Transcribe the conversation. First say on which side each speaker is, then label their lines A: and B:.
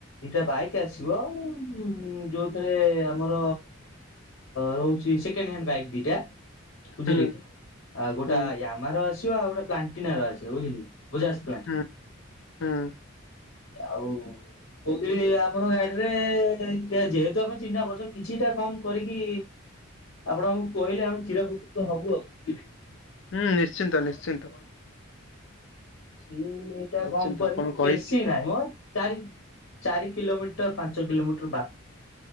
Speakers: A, on the left; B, on the left.
A: ଇଟା ବାଇକ୍ ଆସିବ ଉଁ ଯୋଉଥିରେ ଆମର ରହୁ ସେଇ ସେକେଣ୍ଡ ହ୍ୟାଣ୍ଡ ବାଇକ୍ ଦିଟା ଉଜେଲେକି
B: ହୁଁ
A: ଆଉ ଗୋଟା
B: ହୁଁ
A: ୟାମାର ଆସି ଚି ଆଉ ଗୋଟେ ପ୍ଲାଣ୍ଟିନାର ଆସିବ ବୁଝିଲ କି ବଜାଜ ପ୍ଲାଣ୍ଟିନା।
B: ହୁଁ ହୁଁ
A: ଆଉ କହୁଥିଲି ଆପଣଙ୍କ ଗାଡିରେ ଯେ ଯେହେତୁ ଆମେ ଚିହ୍ନା ପରିଛନ କିଛିଟା କମ କରିକି ଆପଣଙ୍କୁ କୁଇଲେ ଆଉ ଚିରାପକୃତ ହବୁ ଆଉ ବୁଝିଲେ କି।
B: ହୁଁ ନିଶ୍ଚିନ୍ତ ନିଶ୍ଚିନ୍ତ।
A: କିଛିଟା
B: ନିଶ୍ଚିନ୍ତ
A: କମ କରିଲୁ
B: ଆପଣ କହିଲେ
A: ବେଶୀ ନାଇ ମୋ। ଚାରି ଚାରି କିଲୋମିଟର ପାଞ୍ଚ କିଲୋମିଟର ବା